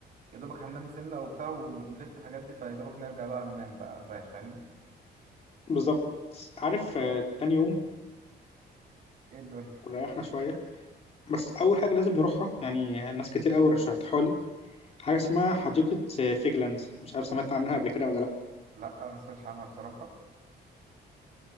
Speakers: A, on the right; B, on the left.
A: دوبك هننام سنة وبتاع ونلف الحاجات دي فيا دوبك نرجع بقى ننام بقى نريح فاهمني
B: بالظبط عارف آه، تاني يوم
A: ايه الدنيا
B: كنا ريحنا شوية بس اول حاجه لازم نروحها يعني ناس كتير قوي رشحتها لي حاجه اسمها حديقه فيجلاند مش عارف سمعت عنها قبل كده ولا لا
A: لا أنا ما سمعتش عنها بصراحة